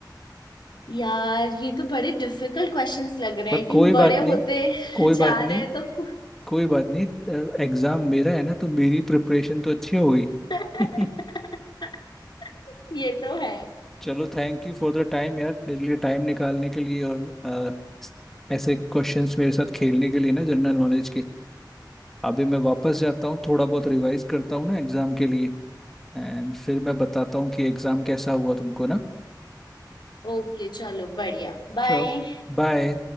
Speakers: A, on the left (about 80°); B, in the centre.
A: यार ये तो बड़े डिफिकल्ट क्वेश्चंस लग रहे
B: पर
A: हैं आई थिंक
B: कोई
A: बड़े
B: बात नहीं
A: होते <laughs>
B: कोई
A: जा
B: बात नहीं
A: रहे हैं तो कु-
B: कोई बात नहीं एग्जाम मेरा है ना तो मेरी प्रिपरेशन तो अच्छी हो गई
A: <laughs>
B: <laughs>
A: ये तो है
B: चलो thank you for the time यार मेरे लिए टाइम निकालने के लिए और अ, ऐसे क्वेश्चंस मेरे साथ खेलने के लिए ना जनरल नॉलेज के अभी मैं वापस जाता हूँ थोड़ा बहुत रिवाइज करता हूँ ना एग्जाम के लिए एंड फिर मैं बताता हूँ कि एग्जाम कैसा हुआ तुमको ना
A: ओके चलो बढ़िया बाय
B: चलो बाय